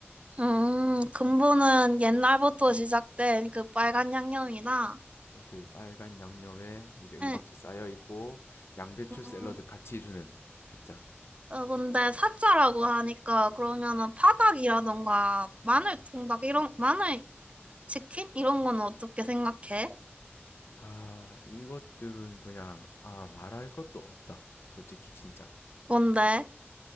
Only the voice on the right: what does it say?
음, 근본은 옛날부터 시작된 그 빨간 양념이다.
응.
음,
어, 근데 사자라고 하니까 그러면은 파닭이라던가 마늘 통닭 이런 마늘 치킨 이런 건 어떻게 생각해?
뭔데?